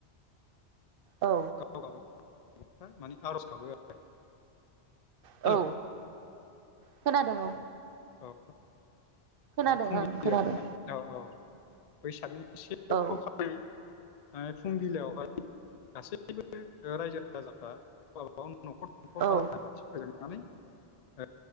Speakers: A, on the right (about 60°); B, on the left (about 50°).
A: औ
B: गाव गावफ्रा माने आरज गाबो आरो <inaudible> हेलौ
A: औ खोनादों औ
B: औ
A: खोनादों
B: फुंबिलियावहाय
A: ओं खोनादों
B: औ औ बैसागनि से अक्टखालि
A: औ
B: माने फुंबिलयावहाय गासैबो रायजो राजाफ्रा गावबा गाव नखर नखर
A: औ
B: आलारि बाथि फोजोंनानै ओ